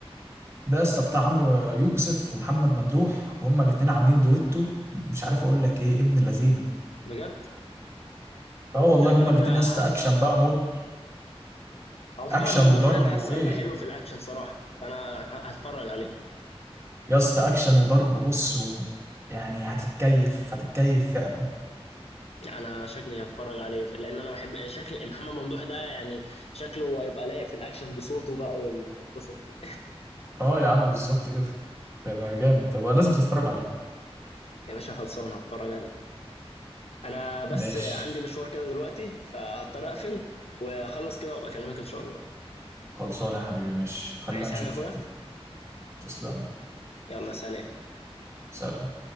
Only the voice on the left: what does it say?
بجد
لا ده
انا كده
ه-
هو محمد
ممدوح
ده انا حاسه
هيبقى حلو في الاكشن صراحه فانا ه- هتفرج عليه
يعني انا شكلي هتفرج عليه ف- لان انا بحب شكل <laughs> محمد ممدوح ده يعني شكله هيبقى لايق في الاكشن بصوته بقى والقصص دي
يا باشا خلصان هتفرج عليه انا بس
عندي مشوار كده دلوقتي فهضطر اقفل واخلص كده وابقى اكلمك ان شاء الله
عايز
حاجة يا اخويا
يلا سلام